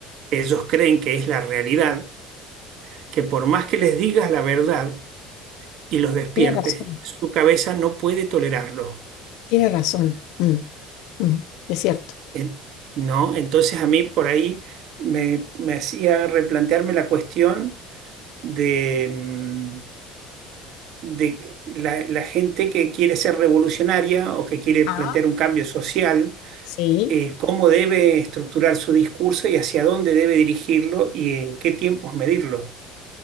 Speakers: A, on the right; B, on the left.
A: ellos creen que es la realidad, que por más que les digas la verdad y los despiertes,
B: Tienes razón.
A: su cabeza no puede tolerarlo.
B: Tiene razón. Mm, mm, es cierto.
A: En- ¿no? Entonces a mí por ahí me, me hacía replantearme la cuestión de, mm, de la, la gente que quiere ser revolucionaria o que quiere plantear
B: Ah.
A: un cambio social,
B: Sí.
A: eh, cómo debe estructurar su discurso y hacia dónde debe dirigirlo y en qué tiempos medirlo.